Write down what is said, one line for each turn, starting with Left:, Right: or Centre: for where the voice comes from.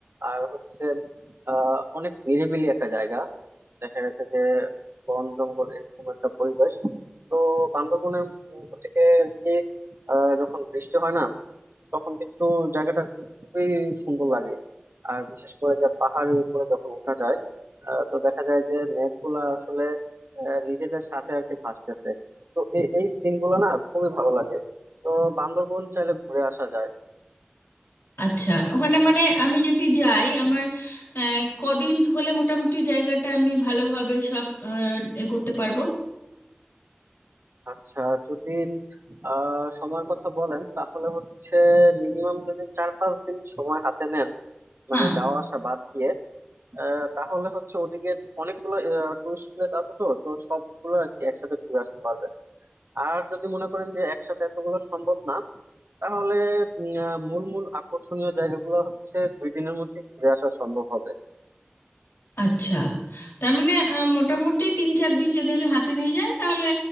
Right: আর হচ্ছে আহ অনেক নিরিবিলি একটা জায়গা দেখা গেছে যে বন জঙ্গল এরকম একটা পরিবেশ তো বান্দরবনের উম, থেকে আর কি আহ যখন বৃষ্টি হয় না তখন কিন্তু জায়গাটা আর কি খুবই সুন্দর লাগে আর বিশেষ করে যে পাহাড়ের উপরে যখন উঠা যায় আহ, তো দেখা যায় যে মেঘগুলা আসলে আহ, নিজেদের সাথে আর কি ভাসতেছে তো এ- এই সিন গুলো না খুবই ভালো লাগে তো বান্দরবন চাইলে ঘুরে আসা যায়
Left: আচ্ছা ওখানে মানে আমি যদি যাই আমার আহ, কদিন হলে মোটামুটি জায়গাটা আমি ভালোভাবে সব আহ, এ করতে পারবো
Right: আচ্ছা যদি আহ সময়ের কথা বলেন তাহলে হচ্ছে মিনিমাম যদি চার পাঁচ দিন সময় হাতে নেন মানে
Left: হ্যাঁ
Right: যাওয়া আসা বাদ দিয়ে আহ, তাহলে হচ্ছে ওদিকে অনেকগুলো টুরিস্ট প্লেস আছে তো তো সবগুলো আর কি একসাথে ঘুরে আসতে পারবেন আর যদি মনে করেন যে একসাথে এতগুলো সম্ভব না তাহলে উম, আহ, মূল মূল আকর্ষণীয় জায়গাগুলো হচ্ছে দুই দিনের মধ্যে ঘুরে আসা সম্ভব হবে
Left: আচ্ছা তার মানে আহ, মোটামুটি তিন চার দিন যদি আমি হাতে নিয়ে যাই তাহলে